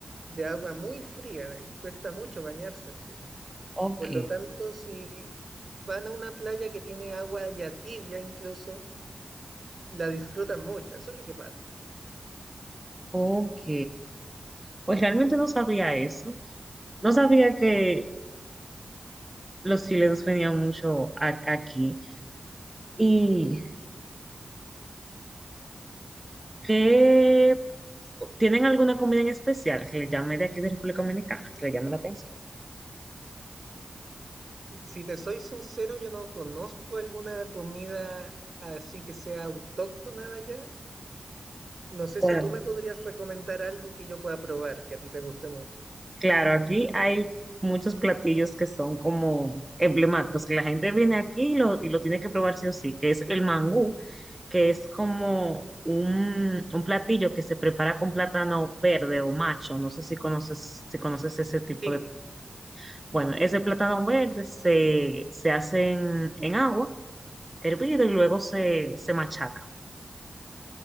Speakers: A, on the right; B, on the right.
A: de agua muy fría, eh, cuesta mucho bañarse en Chile.
B: ok,
A: Por lo tanto, si van a una playa que tiene agua ya tibia incluso, la disfrutan mucho, eso es lo que pasa.
B: ok. Pues realmente no sabía eso. No sabía que los chilenos venían mucho a- aquí. ¿Y qué, tienen alguna comida en especial que le llame de aquí de República Dominicana, que le llame la atención?
A: Si te soy sincero, yo no conozco alguna comida así que sea autóctona de allá. No sé
B: Bueno.
A: si tú me podrías recomendar algo que yo pueda probar, que a ti te guste mucho.
B: Claro, aquí hay muchos platillos que son como emblemáticos, que la gente viene aquí y lo, y lo tiene que probar sí o sí, que es el mangú, que es como un, un platillo que se prepara con plátano verde o macho, no sé si conoces, si conoces ese tipo
A: Sí,
B: de... Bueno, ese plátano verde se, se hace en, en agua, hervido y luego se, se machaca.